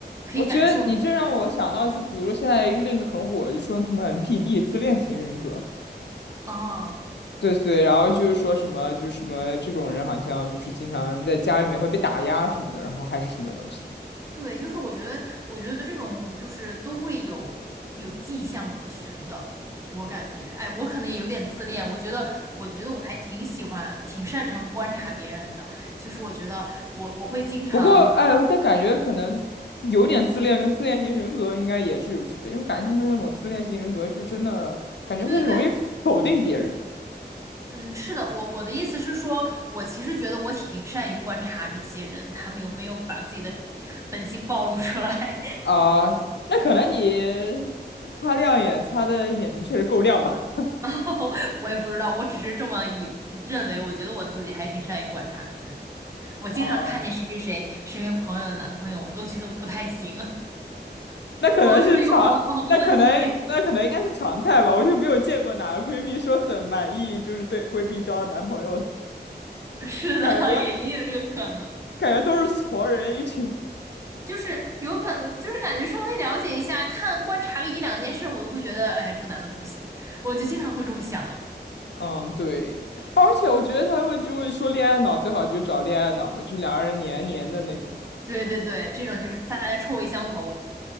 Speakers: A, on the right (about 15°); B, on the left (about 80°).
A: 可以感受得出来。
B: 我觉得你这让我想到，就比如说现在一个另一个很火，就说什么 NPD 自恋型人格。
A: 啊。
B: 对对，然后就是说什么，就是什么这种人好像就是经常在家里面会被打压什么的，然后还是什么东西的。
A: 对，就是我觉得，我觉得这种就是都会有有迹象可循的，我感觉，哎，我可能也有点自恋，我觉得，我觉得我还挺喜欢，挺擅长观察别人的，就是我觉得我我会经常，
B: 不过，哎，但感觉可能有点自恋跟自恋型人格应该也是有区别，因为感觉他们那种自恋型人格就真的感觉会容易否定别人
A: 对对对，嗯，是的，我我的意思是说，我其实觉得我挺善于观察这些人，他们有没有把自己的本性暴露出来，
B: 啊、那可能你擦亮眼，擦的眼睛确实够亮吧？
A: <laughs> 我也不知道，我只是这么以认为，我觉得我自己还挺善于观察别人。我经常看见谁谁谁身边朋友的男朋友，
B: 啊、
A: 我都觉得不太行，<laughs>
B: 那可能是常，
A: 我都觉得有好好多问题。
B: 那可能那可能应该是常态吧，我就没有见过哪个闺蜜说很满意，就是对闺蜜交的男朋友的。
A: <laughs> 是的，
B: 感觉
A: 也也有这个可能，
B: 感觉都是矬人一群。
A: 就是有可能，就是感觉稍微了解一下，看观察个一两件事，我就会觉得，哎呀，这个男的不行，我就经常会这么想。
B: 嗯，对，而且我觉得他们就会说恋爱脑最好就找恋爱脑嘛，就两个人黏黏的那种。
A: 对对对，这种就是大家臭味相投。